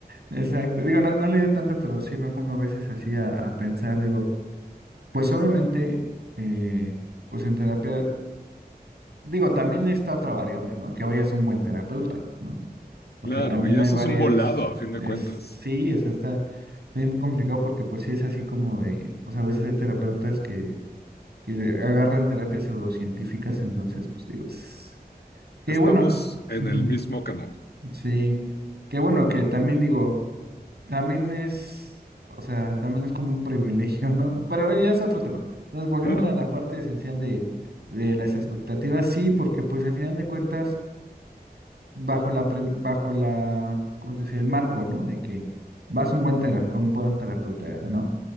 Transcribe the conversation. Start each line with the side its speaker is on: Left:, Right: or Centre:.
Right: Exacto. Digo, no, no leí tanto, pero sí me pongo a veces así a, a pensar. Digo, pues obviamente, eh, pues en terapia, digo, también está otra variable, ¿no? Que vayas a un buen terapeuta, ¿no? porque
Left: Claro,
Right: también
Left: y
Right: hay
Left: eso
Right: varias,
Left: es un volado a fin de
Right: es,
Left: cuentas.
Right: sí, es, está bien complicado porque pues sí es así como de, o sea, a veces hay terapeutas que, que agarran terapias pseudocientíficas, entonces pues digo, es- que
Left: Estamos
Right: bueno,
Left: en
Right: ujú,
Left: el mismo canal.
Right: sí, que bueno, que también digo, también es, o sea, también es como un privilegio, ¿no? Pero bueno, ya es otro tema. Entonces volvemos
Left: <laughs>
Right: a la parte esencial de, de las expectativas, sí, porque pues al final de cuentas bajo la, pre- bajo la, ¿cómo se dice? El marco, ¿no? De que vas a un buen terap- un buen terapeuta, ¿no?